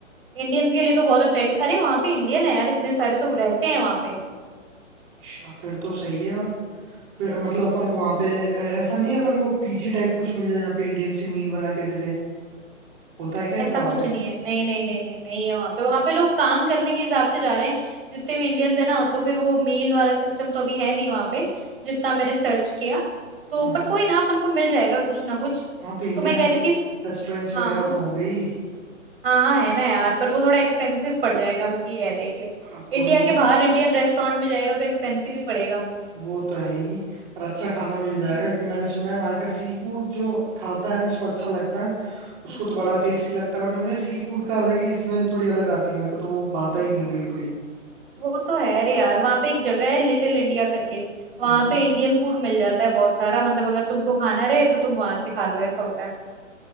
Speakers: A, on the right (about 45°); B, on the right (about 25°).
A: इंडियंस के लिए तो बहुत अच्छा है क्यों अरे वहां पे इंडियन है यार इतने सारे तो रहते हैं वहां पे
B: अच्छा फिर तो सही है यार फिर मतलब अपन को वहां पे ऐ- ऐसा नहीं है अपन को पीजी टाइप कुछ मिल जाए जहाँ पे इंडियन सी मील बना के दे दे होता है क्या ऐसा
A: ऐसा
B: वहां
A: कुछ
B: पे
A: नहीं है नहीं नहीं नहीं नहीं नहीं है वहां पे वहां पे लोग काम करने के हिसाब से जा रहे हैं जितने भी इंडियंस है ना तो फिर वो मील वाला सिस्टम तो अभी है नहीं वहां पे जितना मैंने सर्च किया तो
B: हाँ हाँ
A: पर कोई ना अपन को मिल जाएगा कुछ ना कुछ
B: हाँ तो इंडियन
A: तो मैं कह रही थी
B: रेस्टोरेंट्स
A: हाँ
B: वगैरह तो होंगे ही
A: हाँ हाँ है ना यार पर वो थोड़ा एक्सपेंसिव पड़ जाएगा बस ये है देख ले
B: अब कोई
A: इंडिया
B: नहीं
A: के बाहर इंडियन रेस्टोरेंट में जाएगा तो एक्सपेंसिव ही पड़ेगा
B: वो तो है ही पर अच्छा खाना मिल जाएगा
A: हम्म
B: क्योंकि मैंने सुना है वहाँ का सी फूड जो खाता है ना इसको अच्छा लगता है उसको
A: हम्म
B: तो बड़ा टेस्टी लगता है बट मुझे सी फूड का अलग ही स्मेल थोड़ी अलग आती है मेरे को तो वो भाता
A: हम्म
B: ही नहीं है बिल्कुल ही
A: वो तो है रे यार वहां पे एक जगह है लिटिल इंडिया करके वहां
B: हाँ हाँ
A: पे इंडियन फूड मिल जाता है बहुत सारा मतलब अगर तुमको खाना रहे तो तुम वहां से खा लो ऐसा होता है